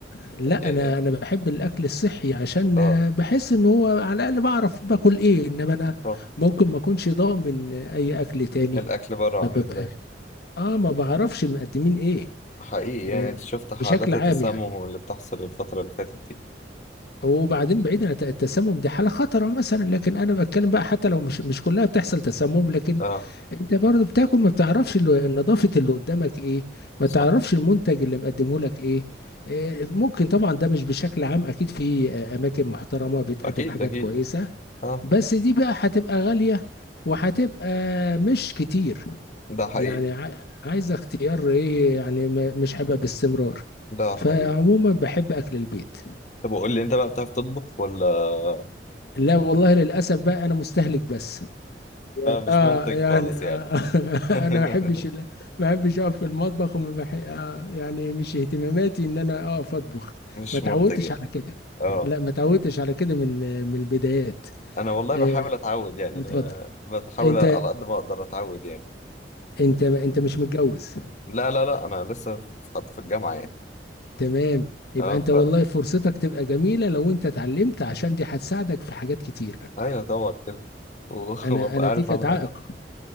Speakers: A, on the left; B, on the left.
A: لا
B: يعني
A: انا انا بحب الاكل الصحي عشان
B: اه
A: آه، بحس ان هو على الاقل بعرف باكل ايه انما انا
B: صح
A: ممكن ما اكونش ضامن آه، اي اكل تاني
B: الاكل بره
A: ما
B: عامل
A: ببقاش
B: ازاي
A: اه ما بعرفش مقدمين ايه
B: حقيقي يعني
A: آه
B: انت شفت حالات
A: بشكل عام
B: التسمم
A: يعني
B: اللي بتحصل الفترة اللي فاتت دي
A: وبعدين بعيد عن الت- التسمم دي حالة خطرة مثلا لكن انا بتكلم بقى حتى لو مش مش كلها بتحصل تسمم لكن
B: اه
A: انت برضه بتاكل ما بتعرفش ال- نظافة اللي قدامك ايه ما
B: صح
A: تعرفش المنتج اللي مقدمه لك ايه آه، ممكن طبعا ده مش بشكل عام اكيد في آه، اماكن محترمة بتقدم
B: اكيد
A: حاجات
B: اكيد
A: كويسة
B: اه
A: بس دي بقى هتبقى غالية وهتبقى مش كتير
B: ده حقيقي
A: يعني ع- عايز اختيار ايه يعني م- مش هيبقى باستمرار
B: ده
A: فعموما
B: حقيقي
A: بحب اكل البيت
B: طب وقول لي انت بقى بتعرف تطبخ ولا
A: لا
B: <laughs>
A: والله للاسف بقى انا مستهلك بس اه
B: مش منتج
A: يعني
B: خالص
A: آه
B: يعني <laughs>
A: <laughs> انا ما بحبش ال- ما بحبش اقف في المطبخ وما بح... آه يعني مش اهتماماتي ان انا اقف اطبخ
B: مش
A: ما تعودتش
B: منتج يعني
A: على كده
B: اه
A: لا ما تعودتش على كده من من البدايات
B: انا والله
A: آه
B: بحاول اتعود يعني
A: اتفضل
B: انا بحاول
A: انت
B: على قد ما اقدر اتعود يعني
A: انت انت مش متجوز
B: لا لا لا انا لسه في- حتى في الجامعة يعني
A: تمام يبقى
B: اه
A: انت
B: ف
A: والله فرصتك تبقى جميلة لو انت اتعلمت عشان دي هتساعدك في حاجات كتيرة
B: ايوه طبعا كده و- <laughs>
A: انا
B: وابقى
A: انا
B: عارف
A: دي كانت
B: اعمل
A: عائق
B: اكل